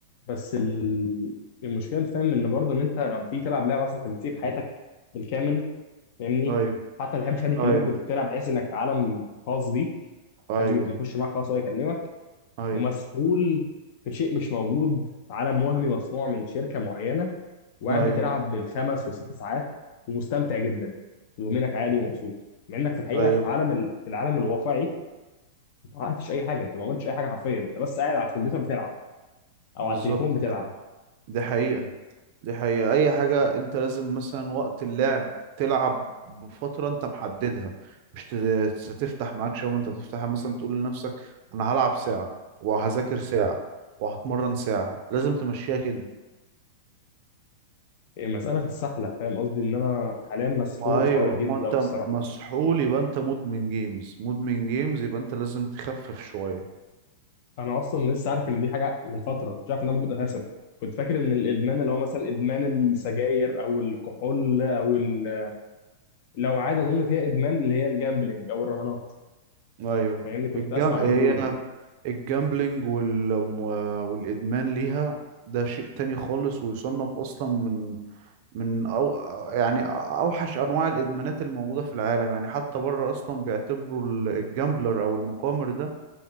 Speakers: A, on the left (about 50°); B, on the right (about 50°).
A: بس ال- المشكله انت فاهم ان برضه ان انت لما بتيجي تلعب لعبه اصلا انت بتسيب حياتك بالكامل فاهمني
B: ايوه
A: حتى ما تحبش حد يكلمك
B: ايوه
A: وانت بتلعب بحيث انك في عالم خاص بيك
B: ايوه
A: محدش بيخش معاك خالص ولا يكلمك
B: ايوه
A: ومسؤول في شيء مش موجود في عالم وهمي مصنوع من شركه معينه وقاعد
B: ايوه
A: بتلعب بالخمس وست ساعات ومستمتع جدا ومنك عالي ومبسوط مع انك في الحقيقه
B: ايوه
A: في عالم ال... في العالم الواقعي انت ما حققتش اي حاجه انت ما عملتش اي حاجه حرفيا انت بس قاعد على الكمبيوتر بتلعب او
B: بالظبط
A: على التليفون بتلعب
B: دي ح- دي حقيقة دي حقيقة اي حاجة انت لازم مثلا وقت اللعب تلعب بفترة انت محددها مش ت- ت- تفتح معاك شوية انت تفتحها مثلا تقول لنفسك انا هلعب ساعة وهذاكر ساعة وهتمرن ساعة لازم تمشيها كده
A: إيه، مسألة في السحلة فاهم قصدي إن أنا حاليا مسحول
B: ما ايوه
A: في حوار الجيمز
B: ما انت
A: ده أوي الصراحة
B: مسحول يبقى انت مدمن جيمز مدمن جيمز يبقى انت لازم تخفف شوية
A: أنا أصلا لسه عارف إن دي حاجة من فترة مش عارف إنها موجود أساسا كنت فاكر إن الإدمان اللي هو مثلا إدمان السجاير أو الكحول أو ال... لو عادة أظن فيها إدمان اللي هي الجامبلينج أو الرهانات
B: ايوه
A: فاهمني كنت
B: الجا...
A: أسمع
B: هي
A: عن دول
B: الجامبلينج وال... والادمان ليها ده شيء تاني خالص ويصنف اصلا من من أو... يعني اوحش انواع الادمانات الموجوده في العالم يعني حتى بره اصلا بيعتبروا ال- الجامبلر او المقامر ده